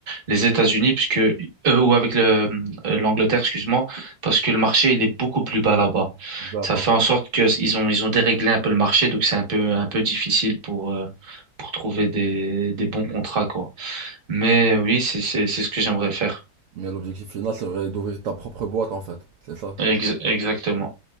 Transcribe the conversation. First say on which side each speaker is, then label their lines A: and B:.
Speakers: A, on the right; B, on the right.
A: les États-Unis, puisque, euh, ou avec le, euh, l'Angleterre, excuse-moi, parce que le marché, il est beaucoup plus bas là-bas.
B: D'accord.
A: Ça fait en sorte que ils ont, ils ont déréglé un peu le marché, donc c'est un peu, un peu difficile pour, euh, pour trouver des, des bons contrats, quoi. Mais oui, c'est c'est c'est ce que j'aimerais faire.
B: Mais l'objectif final serait d'ouvrir ta propre boîte en fait, c'est ça?
A: Ex- exactement.